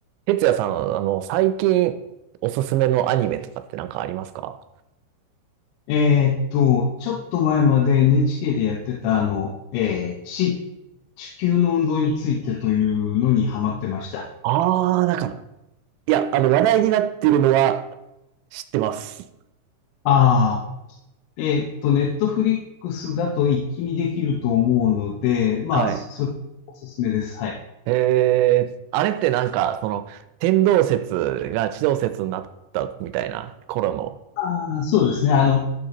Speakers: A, on the right; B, on the left.
A: 哲也さん、あの、最近おすすめのアニメとかってなんかありますか
B: えーっと、ちょっと前まで NHK でやってたあの、えー地、地球の運動についてというのにハマってました。
A: ああー、なんか、いや、あの、話題になってるのは知ってます。
B: ああ、えーっと、ネットフリックスだと一気見できると思うので、まあ、
A: はい。
B: そそれおすすめです。はい。
A: えー、あれってなんか、その、天動説が地動説になったみたいな頃の。
B: ああ、そうですね。あの、